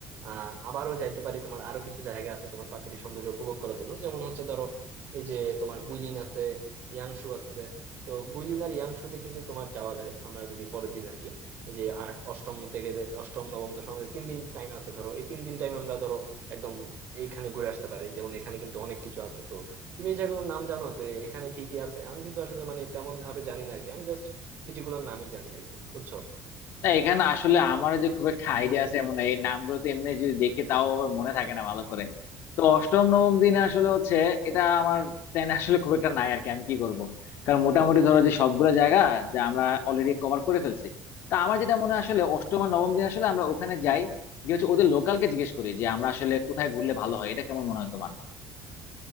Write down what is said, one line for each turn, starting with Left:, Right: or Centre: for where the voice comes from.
Right: আহ আবারও যাইতে পারি তোমার আরো কিছু জায়গা আছে তোমার প্রাকৃতিক সৌন্দর্য উপভোগ করার জন্য যেমন হচ্ছে ধরো এই যে তোমার গুইলিন আছে ইয়াংশু আছে তো গুইলিন আর ইয়াংশুতে কিন্তু তোমার যাওয়া যায় আমরা যদি পরের দিন আর কি এই যে আট অষ্টম থেকে দে- অষ্টম নবম দশম আমাদের তিন দিন টাইম আছে ধরো এই তিন দিন টাইম আমরা ধরো একদম এইখানে ঘুরে আসতে পারি যেমন এখানে কিন্তু অনেক কিছু আছে তো তুমি এই জায়গাগুলোর নাম জানো তো এ- এখানে কি কি আছে আমি কিন্তু আসলে মানে তেমন ভাবে জানি না আরকি আমি জাস্ট সিটি গুলোর নামই জানি আরকি বুঝছো
Left: না এখানে আসলে আমার যে খুব একটা আইডিয়া আছে এমন না। এই নামগুলো তো এমনি যদি দেখি তাও আবার মনে থাকে না ভালো করে তো অষ্টম নবম দিনে আসলে হচ্ছে এটা আমার প্ল্যান আসলে খুব একটা নাই আর কি আমি কি করব কারণ মোটামুটি ধরো যে সবগুলো জায়গা যা আমরা অলরেডি কভার করে ফেলছি তা আমার যেটা মনে হয় আসলে অষ্টম আর নবম দিন আসলে আমরা ওখানে যাই গিয়ে হচ্ছে ওদের লোকালকে জিজ্ঞেস করি যে আমরা আসলে কোথায় ঘুরলে ভালো হয় এটা কেমন মনে হয় তোমার